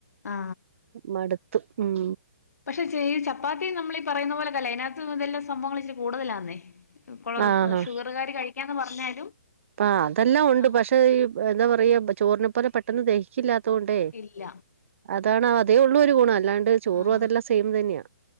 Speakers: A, on the left; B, on the right.
A: ആ
B: മടുത്തു ഉം
A: പക്ഷെ ചെയ ചപ്പാത്തി നമ്മൾ പറയുന്ന പോലെല്ല അതിനകത്ത് ഇതെല്ലാം സംഭവങ്ങളെ കൂടുതലാന്നേ ഇപ്പോൾ
B: ആഹ്
A: ഷുഗറുകാര് കഴിക്കാന്ന് പറഞ്ഞാലും
B: ആ അതെല്ലാം ഉണ്ട്
A: ആ
B: പക്ഷെ ഈ എന്താ പറയാ ചോറിനെ പോലെ പെട്ടെന്ന് ദഹിക്കില്ലാത്തുകൊണ്ടേ
A: ഇല്ല
B: അതാണ്
A: അതെ
B: അതേയൊ ഉള്ള ഗുണം അല്ലാണ്ട് ചോറും
A: ആഹ്
B: അതൊം സെയിം തന്നെയാണ്